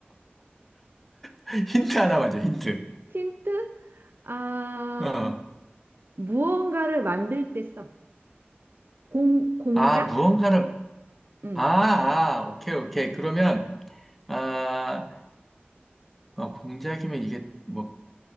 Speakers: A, in the centre; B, on the right.
A: <laughs> 힌트 하나 맞줘 힌트.
B: 힌트? 아,
A: 어.
B: 무언가를 만들 때 써. 공, 공작?
A: 아, 무언가를,
B: 응.
A: 아, 아, 오케이, 오케이. 그러면, 아, 어, 공작이면 이게 뭐,